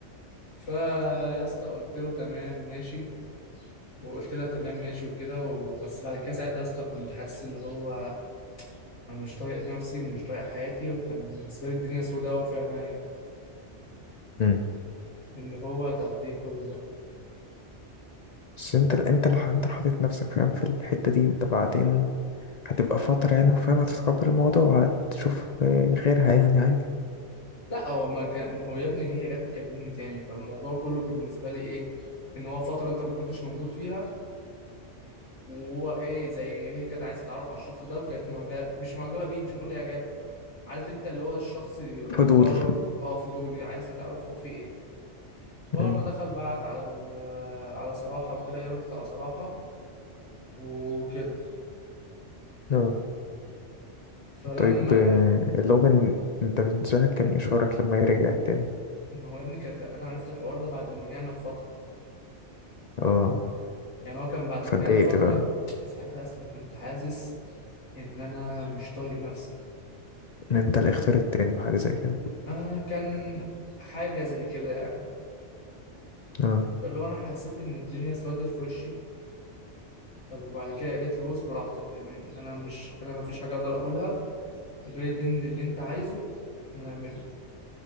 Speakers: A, on the left (about 75°); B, on the left (about 55°).
A: فيا اسطى قلت له تمام ماشي وقلت لها تمام ماشي وكده وبس بعد كده ساعتها يا اسطى كنت حاسس اللي هو انا مش طايق نفسي ومش طايق حياتي وكان بالنسبه لي الدنيا سوداء قوي في عينيا
B: مم.
A: اللي هو طب ليه كل ده
B: بس انت انت اللي انت اللي حاطط نفسك فاهم في الحتة دي انت بعدين هتبقى فترة يعني وفاهم هتتقبل الموضوع هتشوف آه، غيرها يعني عادي
A: لا هو ما كان ما هو يا ابني هي جت تكلمني تاني فالموضوع كله بالنسبه لي ايه ان هو فتره انت ما كنتش موجود فيها وهو ايه زي هي كانت عايزه تتعرف على الشخص ده وكانت معجبه مش معجبه بيه مش هنقول اعجاب عارف انت اللي هو الشخص اللي بيبقى
B: فضول
A: من بره اه فضولي عايز تعرف هو فيه ايه فهو
B: مم.
A: لما دخل بعت على ال- على صراحه وكده هي ردت على صراحه وكده
B: اه
A: فلما
B: طيب آه، اللي هو بن- انت بالنسبة لك كان ايه شعورك لما هي رجعت تاني
A: ما هو يا ابني كانت انا عرفت الحوار ده بعد ما رجعنا بفتره
B: اه
A: يعني هو كان بعد ما
B: فاتضايقت
A: رجعنا بفتره
B: بقى
A: ساعتها يا اسطى أنا كنت حاسس ان انا مش طايق نفسي
B: ان انت الاختيار التاني وحاجه زي كده
A: آه كان حاجه زي كده يعني
B: اه
A: فاللي هو انا حسيت ان الدنيا اسودت في وشي طب وبعد كده قالت لي بص براحتك يعني انا مش انا ما فيش حاجه اقدر اقولها غير ان اللي انت عايزه هنعمله